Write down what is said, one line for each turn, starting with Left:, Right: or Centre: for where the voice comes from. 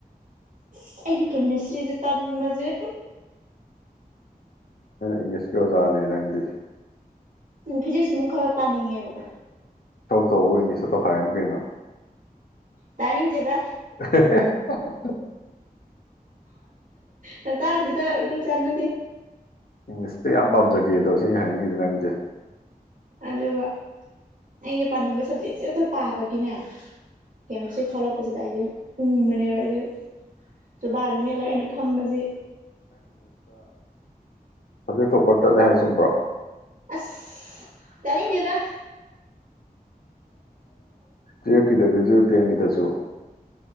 Right: ꯑꯗꯨ ꯑꯒꯤ ꯀꯦꯃꯤꯁꯇ꯭ꯔꯤꯁꯦ ꯇꯟꯕꯁꯦ
Left: ꯏꯪꯂꯤꯁꯀꯤ ꯑꯣꯖꯥ ꯅꯤꯔꯪꯗꯤ
Right: ꯎ ꯐꯤꯖꯖꯤꯁ ꯃ ꯈꯔꯞ ꯄꯅꯤꯡꯉꯀ
Left: ꯇꯧ ꯏꯪꯂꯤꯁꯇ ꯇꯧꯈꯥꯏꯔꯝ ꯀꯩꯅꯣ
Right: ꯇꯅꯤꯡꯡ ꯆꯦꯗ
Left: <inaudible>
Right: ꯃꯇꯥꯡꯁꯤꯗ ꯑꯗꯨ ꯆꯟꯅꯗꯤ
Left: ꯏꯪꯂꯤꯁꯇ ꯌꯥꯝ ꯄꯥꯝꯖꯒꯦ ꯑꯗꯣ ꯁꯤ ꯑꯩꯅ ꯍꯥꯏꯅꯤꯡꯉꯤꯤꯁꯦ ꯅꯪꯁꯦ
Right: ꯑꯗꯨꯒ ꯑꯩꯅ ꯄꯥꯅꯤꯡꯕ ꯁꯕꯖꯦꯛꯁꯦ ꯑꯗꯨꯇ ꯄꯥꯕꯒꯤꯅꯦ ꯀꯩꯅꯁ ꯊꯣꯛꯂꯛꯄꯁꯤꯗ ꯑꯩꯁꯦ ꯎꯪꯕꯅꯦꯕ ꯑꯩꯁꯦ ꯨꯕꯥꯁꯤ ꯃꯦꯜꯂꯒ ꯑꯩꯅ ꯐꯝꯕꯁꯤ
Left: ꯑꯗꯇꯣꯞꯄ ꯆꯠꯂꯦ ꯍꯥꯏ ꯆꯨꯝꯕ꯭ꯔꯣ
Right: ꯑꯁ ꯇꯔꯤꯗꯦꯗ
Left: ꯇꯨꯋꯦꯞꯀꯤꯗꯗꯖꯨ ꯇꯦꯟꯒꯤꯗꯖꯨ꯫ <unintelligible>